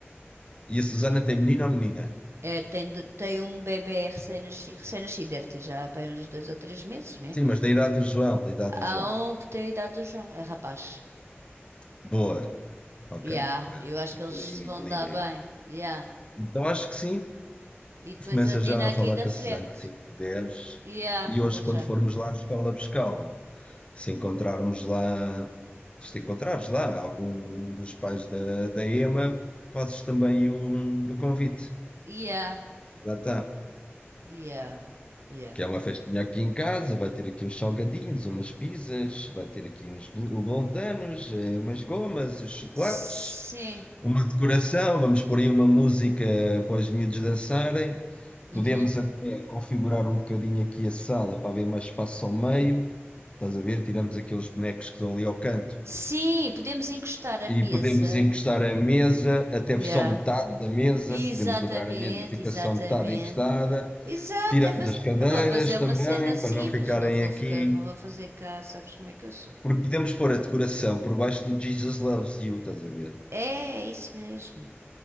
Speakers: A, on the left; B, on the right.
A: e a Susana tem menino ou menina?
B: É, tem, de- tem um bebê recém-nascido, recém-nascido, deve ter já pá, uns dois ou três meses, né?
A: Sim, mas da idade do João, da idade
B: Há
A: do João.
B: um que tem a idade do João, é rapaz.
A: Boa, ok,
B: Yeah,
A: para
B: eu acho
A: para
B: que eles
A: ter
B: se
A: aí um equilíbrio.
B: vão dar bem. Yeah.
A: Então acho que sim,
B: E depois
A: Começa
B: a menina
A: já a
B: aqui
A: falar
B: da
A: com
B: frente.
A: a Susana assim que puderes.
B: Yeah,
A: E hoje,
B: vou
A: quando
B: já.
A: formos lá à escola buscá-lo, se encontrarmos lá, se te encontrares lá algum dos pais da, da Ema, fazes também o, o convite.
B: Yeah,
A: Já está.
B: yeah, yeah.
A: Que é uma festinha aqui em casa, vai ter aqui uns salgadinhos, umas pizzas, vai ter aqui uns bl- blondanos, eh, umas gomas, uns chocolates.
B: Sim.
A: uma decoração, vamos pôr aí uma música para os miúdos dançarem.
B: Uhum.
A: Podemos até configurar um bocadinho aqui a sala para haver mais espaço ao meio. Estás a ver? Tiramos aqueles bonecos que estão ali ao canto.
B: Sim, podemos encostar a mesa.
A: E podemos encostar a mesa, até
B: Yeah.
A: só metade da mesa.
B: Exatamente,
A: Podemos dobrar a mesa, fica
B: exatamente.
A: só metade encostada.
B: Exato,
A: Tiramos
B: é faz...
A: as cadeiras
B: eu vou fazer uma
A: também,
B: cena simples,
A: para não ficarem
B: não vou
A: aqui.
B: ficar, não vou fazer cá, sabes como é que eu sou.
A: Porque podemos pôr a decoração por baixo do Jesus Loves You, estás a ver?
B: É, é isso mesmo.